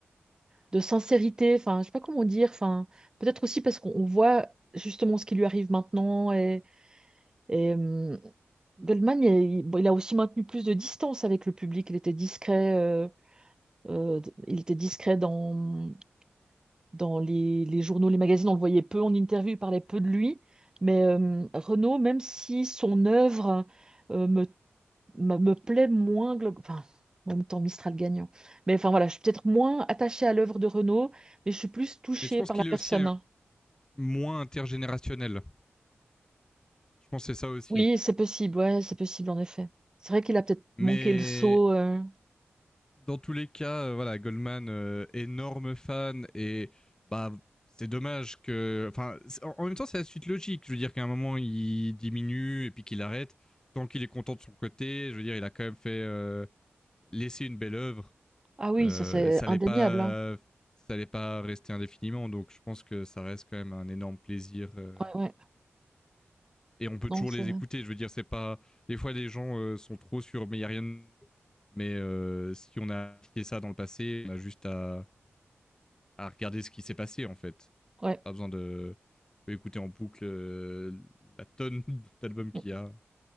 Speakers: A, on the right; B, on the left.
A: de sincérité. Enfin, je sais pas comment dire. Enfin, peut-être aussi parce qu'on on voit justement ce qui lui arrive maintenant. Et, et, hum, Goldman, il, bon, il a aussi maintenu plus de distance avec le public. Il était discret, euh, euh, d- il était discret dans, dans les, les journaux, les magazines. On le voyait peu en interview, il parlait peu de lui. Mais euh, Renaud, même si son œuvre euh, me, me, me plaît moins, glo- enfin, en même temps Mistral gagnant. Mais enfin voilà, je suis peut-être moins attachée à l'œuvre de Renaud, mais je suis plus touchée
B: Mais je pense
A: par
B: qu'il
A: la personne.
B: est aussi moins intergénérationnel. Je pense que c'est ça aussi.
A: Oui, c'est possible, ouais, c'est possible en effet. C'est vrai qu'il a peut-être
B: Mais
A: manqué le saut. euh.
B: dans tous les cas, euh, voilà, Goldman, euh, énorme fan et bah c'est dommage que, enfin, en en même temps c'est la suite logique. Je veux dire qu'à un moment il diminue et puis qu'il arrête. Tant qu'il est content de son côté, je veux dire, il a quand même fait euh, laisser une belle œuvre.
A: Ah oui,
B: Euh,
A: ça c'est
B: ça
A: indéniable.
B: allait pas,
A: hein.
B: ça allait pas rester indéfiniment. Donc je pense que ça reste quand même un énorme plaisir euh,
A: Ouais, ouais,
B: et on peut
A: non,
B: toujours
A: c'est...
B: les écouter. Je veux dire, c'est pas. Des fois, les gens euh, sont trop sur, mais il y a rien. de Mais euh, si on a fait ça dans le passé, on a juste à, à regarder ce qui s'est passé en fait.
A: Ouais.
B: Pas besoin de. On peut écouter en boucle euh, la tonne <laughs> d'albums qu'il
A: Mm.
B: y a.